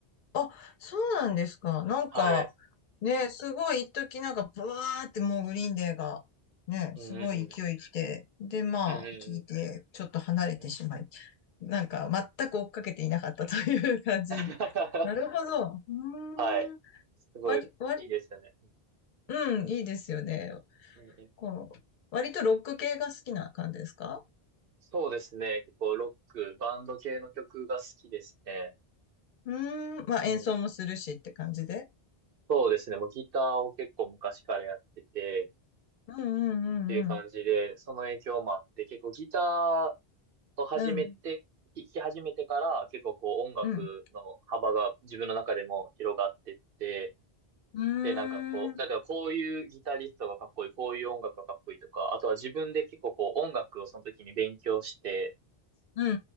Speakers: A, on the left (about 55°); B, on the right (about 65°).
A: あ、そうなんですか。なんか、
B: はい。
A: ね、すごい一時なんか、ブワーってもうグリーンデーが、ね、
B: うん、
A: すごい勢い来て、
B: うん、うん。
A: で、まあ、
B: うん、
A: 聞いて、
B: うん、
A: ちょっと離れてしまい、
B: うん。うん
A: なんか、全く追っかけていなかったという感じ。
B: <laughs>
A: なるほど。うーん。
B: はい。すごい、
A: 割、割、
B: いいですよね。
A: うん、
B: うん、ん
A: いいですよね。
B: うん、うん
A: こう、割とロック系が好きな感じですか
B: そうですね。結構ロック、バンド系の曲が好きですね。
A: うーん。まあ、
B: うん。
A: 演奏もするしって感じで。
B: そうですね。もうギターを結構昔からやってて、
A: うん、うん、
B: っていう感じで、
A: うん、
B: その影響もあって、結構ギターを始めて、
A: うん。
B: 弾き始めてから、結構こう音楽の幅が自分の中でも広がってって、
A: うん、うん。うーん、
B: で、なんかこう、
A: うん、
B: だからこういうギタリストがかっこいい、こういう音楽がかっこいいとか、あとは自分で結構こう音楽をその時に勉強して、
A: うん、う